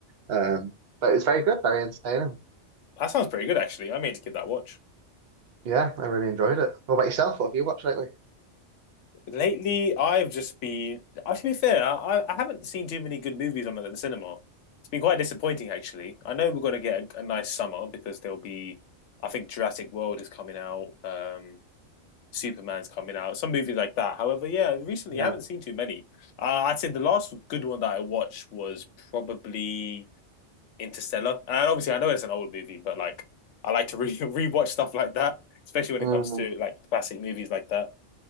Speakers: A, on the right (about 60°); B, on the left (about 75°).
A: Um, but it's very good, very entertaining.
B: That sounds pretty good actually. I mean to give that a watch.
A: Yeah, I really enjoyed it. What about yourself? What have you watched lately?
B: Lately, I've just been uh, to be fair, I, I haven't seen too many good movies on at the cinema. It's been quite disappointing actually. I know we're gonna get a, a nice summer because there'll be I think Jurassic World is coming out. Um Superman's coming out, some movie like that. However, yeah, recently
A: Yeah.
B: I haven't seen too many. Uh, I'd say the last good one that I watched was probably Interstellar, and obviously I know it's an old movie, but like I like to <laughs> re rewatch stuff like that, especially when
A: Mm.
B: it comes to like classic movies like that.